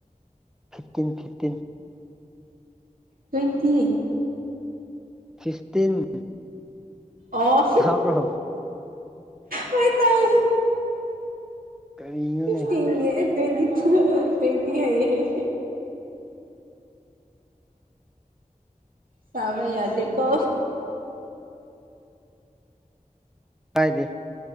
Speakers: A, in the centre; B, on the right.
A: fifteen fifteen
B: twenty
A: fifteen
B: ꯑꯣ
A: ꯇꯥꯕ꯭ꯔꯣ
B: ꯍꯣꯏ ꯇꯥꯏ
A: ꯀꯔꯤꯅꯣꯅꯦ
B: ꯐꯤꯐꯇ ꯇ꯭ꯋꯦꯟꯇꯤ ꯇꯨ ꯇ꯭ꯋꯦꯟꯇꯤ ꯍꯥꯏ ꯆꯥꯕꯩꯌꯥꯗ‌ꯦꯀꯣ
A: ꯀꯥꯏꯗꯦ